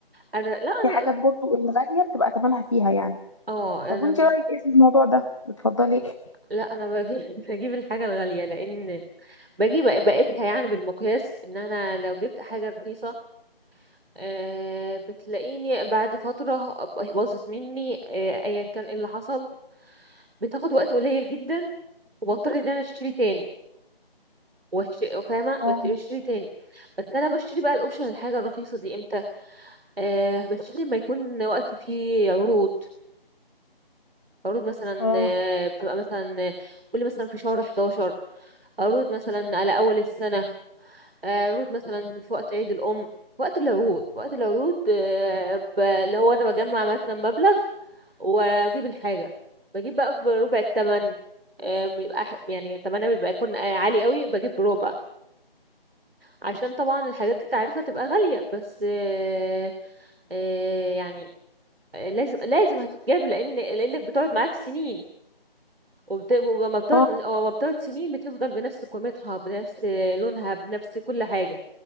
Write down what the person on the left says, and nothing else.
في
حاجات برضو الغالية بتبقى ثمنها فيها يعني
طب
وانت رأيك ايه في الموضوع ده بتفضلي ايه
اه
اه
اه